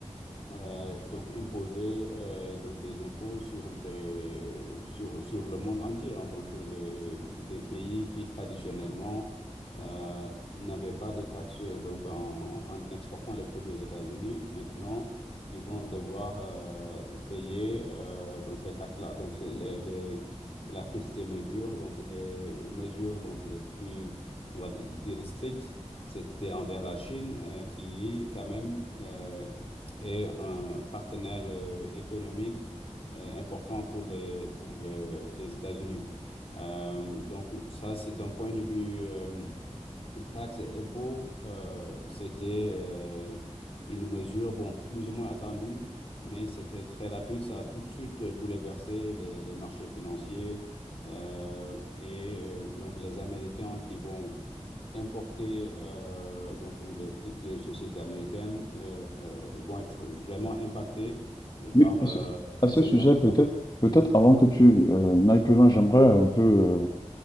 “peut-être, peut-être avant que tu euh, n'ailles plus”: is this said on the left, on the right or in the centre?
Left